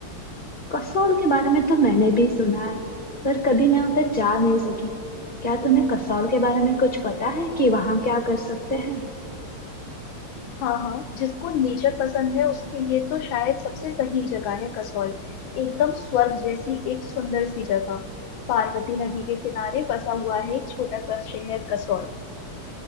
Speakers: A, on the left; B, on the left.
A: कसौल के बारे में तो मैंने भी सुना है पर कभी मैं उधर जा नहीं सकी क्या तुम्हें कसौल के बारे में कुछ पता है कि वहाँ क्या कर सकते हैं
B: हाँ हाँ जिसको नेचर पसंद है उसके लिए तो शायद सबसे सही जगह है कसौल एकदम स्वर्ग जैसी एक सुंदर सी जगह पार्वती नदी के किनारे बसा हुआ है एक छोटा सा शहर कसौल